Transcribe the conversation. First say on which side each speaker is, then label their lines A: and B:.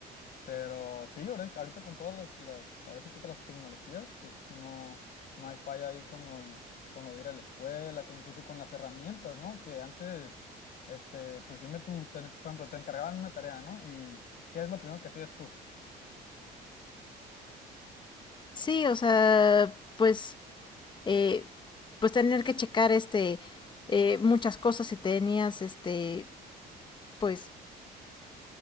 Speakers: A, on the left; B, on the left.
A: pero sí, ahorita, ahorita con todas las, las, ahora sí que todas las tecnologías, pues no, no hay falla ahí con lo, con lo de ir a la escuela, con- incluso con las herramientas, ¿no? Que antes, este, pues dime tú, te- por ejemplo, te encargaban una tarea, ¿no? Y ¿qué es lo primero que hacías tú?
B: Sí, o sea, pues, eh, pues tener que checar este eh, muchas cosas si tenías este, pues,